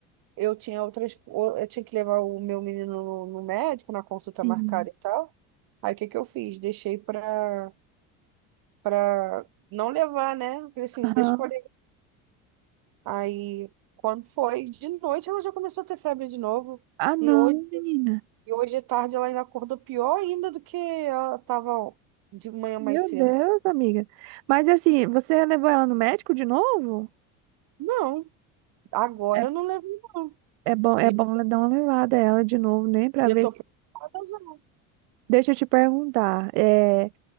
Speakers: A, on the right; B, on the right.
A: eu tinha outras, o- eu tinha que levar o meu menino no, no médico, na consulta
B: sim.
A: marcada e tal. Aí o que que eu fiz? Deixei pra, pra não levar, né? Falei assim,
B: Aham.
A: deixa por aí. Aí quando foi de noite, ela já começou a ter febre de novo.
B: Ah, não,
A: E hoje,
B: menina.
A: e hoje à tarde ela ainda acordou pior ainda do que ela tava de manhã
B: Meu
A: mais cedo.
B: Deus, amiga. Mas assim, você levou ela no médico de novo?
A: Não, agora
B: É,
A: eu não levo, não.
B: é bom,
A: E,
B: é bom dar uma levada a ela de novo, né? Pra
A: e
B: ver.
A: eu tô preocupada já.
B: Deixa eu te perguntar. É,